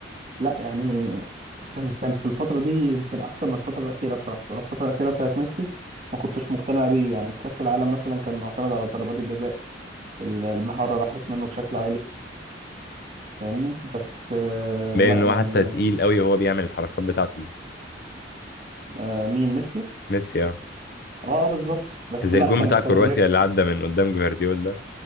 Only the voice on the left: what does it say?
باين
ان هو
حتى تقيل قوي وهو بيعمل الحركات بتاعته دي
ميسي اه
زي
الجون
بتاع
كرواتيا اللي عدى من قدام جفارديول ده